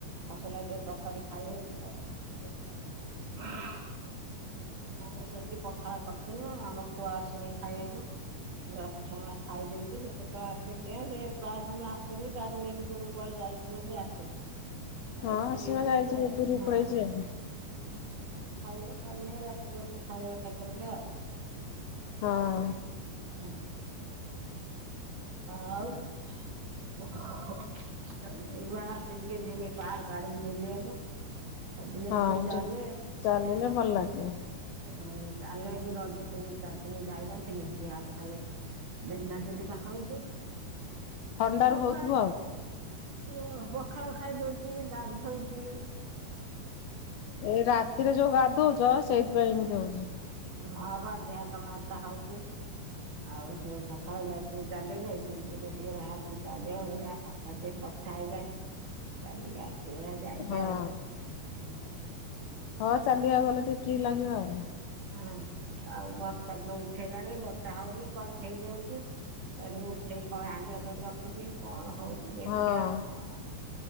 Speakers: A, on the right; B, on the left.
A: ମସଲା ଦି ତରକାରୀ ଖାଇ ହଉଚି ଗରମ ଦେହ ଖରାପ ହଉଚି ଆମେ ସେମିତି ପଖାଳ କରିୁଥିଲୁ ଆମ ପୁଅ ଆସନି ଖାଇବାକୁ ଏ ବାପ ଛୁଆ ମା ଖାଇଦେଇ କି ସେ କେତେଏଳେ ଆଶିବ କେଜାଣି ସେ ପ୍ରାୟ ସମୟ ଆଶେନି ଗାଡି ନେଇକି ଦୂରକୁ କୁଆଡେ ଯାଇଥିବ ଯଦି ଆସ
B: ହଁ
A: ରଖିଦେଇଛିି
B: ଆସିବ ଯାଇଛି
A: ତା
B: ଗୁରୁକୁ
A: ହଁ।
B: ପଳେଇଛି
A: ଆସିନେ
B: ଆଉ
A: ଖାଇବା ନ ହେନେ ରାତିିକି ଆସିକି ଖାଇବ ଏକାଥରକେ ଆଉ
B: ହଁ
A: <unintelligible> ଆଉ ଏ ବାହାରିଚି ଟିକେ ଜିମି ପାର୍କ ଆଡକୁ ବୁଲିବାକୁ ସବୁଦିନେ
B: ହଁ
A: ଟିକେ ଚାଲେ
B: ଯା ଚାଲିଲେ ଭଲ ଲାଗିବ।
A: ହୁଁ ଚାଲେ ଏଠି ରଜ ତିନି ଚାରି ଦିନ ଯାଇନଥିଲି ଦେହ ହାତ ଖାଲି ବିନ୍ଧା ଧା ହଉଚି
B: ଥଣ୍ଡାରୁ
A: ଆଉ
B: ହଉଥିବ
A: କା ହ ପଖାଳ ଖାଇଦଉଚି ଗାଧୋଉଚି
B: ଏଇ ରାତିରେ ଯୋଉ ଗାଧୋଉଚ ସେଇଥିପାଇଁ ଏମିତି ହଉଚି
A: ହଁ ବା ଦେହ ହାତ ମାରଦା ହଉଚି ଆଉ ସେ ସକାଳେ ଯାଇଥିଲି ଚାଲିବାକୁ ଏଇଖୁଣି ଯିବି ଟକେ ବାହାରିଚି ଚାଲିବାକୁ ମୁଁ କହିନୀ ପଛେ କଥା କଥା ହେଇଯାଏ ଚାଲିକି ଆସିବେ ଯାଇକି
B: ହଁ
A: ଆଉଁ
B: ହଁ ଚାଲିବା ଗଲେ ଟିକେ ଫ୍ରି ଲାଗିବ ଆଉ।
A: ହୁଁ ଆଉ ବର୍ଷା ତ ଉଠେଇଲାଣି ବର୍ଷା ହଉନି କଣ ହେଇଯାଉଚି ଏଇଆଡ଼କୁ ଉଠେଇକି କଳା ହଣ୍ଡିଆ କରିକି ରଖିଛି କଣ ହଉଛି ଦେଖିବା
B: ହଁ
A: କଣ